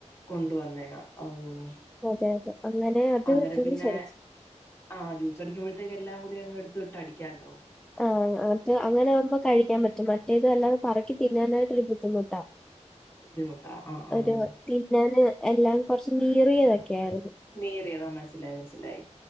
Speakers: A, on the left; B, in the centre.
A: കൊണ്ട വന്നയാ ഓഹ്
B: അതെ അതെ അങ്ങനെ അത്
A: അന്നേരം
B: ജ്യൂസ്
A: പിന്നെ
B: അടിച്ചു
A: ആഹ് ജ്യൂസടിക്കുമ്പഴത്തെല്ലാം കൂടി അങ്ങെട്ത്തിട്ട് അടിക്കാല്ലോ.
B: ആഹ് മറ്റേ അങ്ങനാവുമ്പോ കഴിക്കാൻ പറ്റും മറ്റേത് അല്ലാതെ പറക്കി തിന്നാനായിട്ടൊരു ബുദ്ധിമുട്ടാ.
A: ബുദ്ധിമുട്ടാ ആഹ് ആഹ്
B: ഒരു തിന്നാന് എല്ലാം കൊറച്ച് നീറിയതൊക്കെയായിരുന്നു.
A: നീറിയതാ മൻസ്സിലായി മൻസ്സിലായി